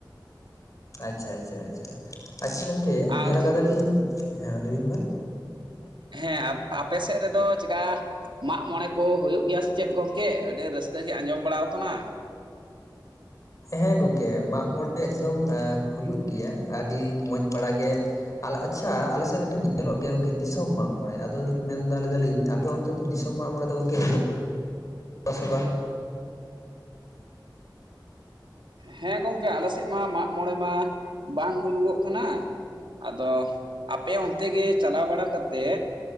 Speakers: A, on the left (about 45°); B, on the right (about 85°).
A: ᱟᱪᱪᱷᱟ, ᱟᱪᱪᱷᱟ, ᱟᱪᱪᱷᱟ, ᱟᱪᱪᱷᱟ ᱜᱚᱝᱠᱮ ᱧᱮᱞ
B: ᱟᱨ
A: ᱠᱟᱫᱟ ᱞᱤᱧ ᱾ ᱦᱮᱸ ᱢᱟ ᱞᱟᱹᱭ ᱵᱤᱱ ᱢᱟ?
B: ᱦᱮᱸ ᱟᱯᱮ ᱥᱮᱫ ᱨᱮᱫᱚ ᱪᱮᱫᱠᱟ ᱢᱟᱜ ᱢᱚᱸᱬᱮ ᱠᱚ ᱦᱳᱭᱳᱜ ᱜᱮᱭᱟ ᱥᱮ ᱪᱮᱫ ᱜᱚᱝᱠᱮ? ᱟᱹᱰᱤ ᱨᱟᱹᱥᱠᱟᱹ ᱜᱮ ᱟᱸᱡᱚᱢ ᱵᱟᱲᱟᱣ ᱠᱟᱱᱟ᱾
A: ᱦᱮᱸ ᱜᱚᱝᱠᱮ ᱢᱟᱜ ᱢᱚᱸᱬᱮ ᱮᱠᱫᱚᱢ ᱦᱩᱭᱩᱜ ᱜᱮᱭᱟ ᱟᱹᱰᱤ ᱢᱚᱸᱡᱽ ᱵᱟᱲ ᱜᱮ᱾ ᱟᱞ ᱟᱪᱪᱷᱟ ᱟᱞᱮ ᱥᱮᱫ ᱢᱤᱫᱴᱮᱱ ᱧᱮᱞᱚᱜ ᱜᱮᱭᱟ ᱜᱚᱝᱠᱮ ᱫᱤᱥᱚᱢ ᱢᱟᱜ ᱢᱚᱸᱬᱮ᱾ ᱟᱫᱚ ᱞᱤᱧ ᱢᱮᱱ ᱫᱟ ᱞᱟᱹᱭ ᱫᱟᱹᱞᱤᱧ ᱟᱯᱮ ᱚᱱ ᱛᱮᱫ ᱫᱚ ᱫᱤᱥᱚᱢ ᱢᱟᱜ ᱢᱚᱸᱬᱮ ᱫᱚ ᱜᱚᱝᱠᱮ ᱦᱳᱭᱳᱜ-ᱟ ᱥᱮ ᱵᱟᱝ?
B: ᱦᱮᱸ ᱜᱚᱝᱠᱮ ᱟᱞᱮ ᱥᱮᱫ ᱢᱟ ᱢᱟᱜ ᱢᱚᱸᱬᱮ ᱢᱟ ᱵᱟᱝ ᱦᱩᱭᱩᱜᱚᱜ ᱠᱟᱱᱟ᱾ ᱟᱫᱚ ᱟᱯᱮ ᱚᱱᱛᱮ ᱜᱮ ᱪᱟᱞᱟᱣ ᱵᱟᱲᱟ ᱠᱟᱛᱮ